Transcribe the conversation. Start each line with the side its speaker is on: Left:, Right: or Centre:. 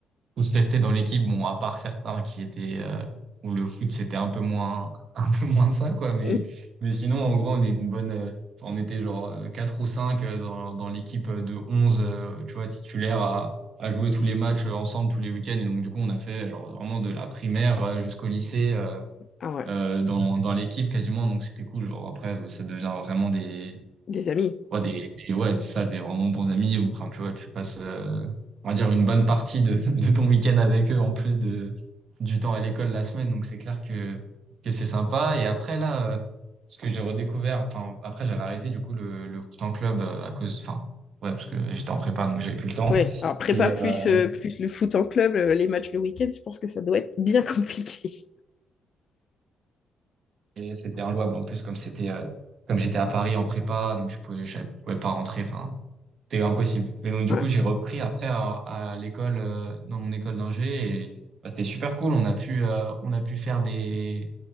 Right: tous restés dans l'équipe, bon, à part certains qui étaient euh, où le foot c'était un peu moins <laughs> un peu moins ça quoi, mais
Left: Mhm.
Right: mais sinon en gros on est une bonne euh, enfin, on était genre euh, quatre ou cinq euh, dans, dans l'équipe euh, de 11 euh, tu vois titulaire à à jouer tous les matchs euh, ensemble tous les week-ends et donc du coup on a fait euh, genre vraiment de la primaire euh, jusqu'au lycée euh,
Left: Ah ouais,
Right: euh, dans dans l'équipe quasiment donc c'était cool genre après ça devient vraiment des
Left: des amis.
Right: Ouais, des, des- ouais, c'est ça, des vraiment bons amis, ou enfin, tu vois, tu passes, euh, on va dire, une bonne partie de, <laughs> de ton week-end avec eux, en plus de, du temps à l'école la semaine, donc c'est clair que, que c'est sympa. Et après, là, euh, ce que j'ai redécouvert, enfin, après, j'avais arrêté, du coup, le, le temps club euh, à cause, enfin, ouais, parce que j'étais en prépa, donc j'avais plus le temps.
Left: Oui, alors prépa
Right: Et,
Left: plus,
Right: euh,
Left: euh, plus le foot en club, euh, les matchs le week-end, je pense que ça doit être bien <laughs> compliqué.
Right: et c'était inlouable, en plus, comme c'était, euh, comme j'étais à Paris en prépa, donc je pouvais, je pouvais pas rentrer, enfin, C'était impossible. Mais donc, du
Left: Ouais.
Right: coup, j'ai repris après à, à l'école, euh, dans mon école d'ingé, et bah, c'était super cool. On a pu, euh, on a pu faire des,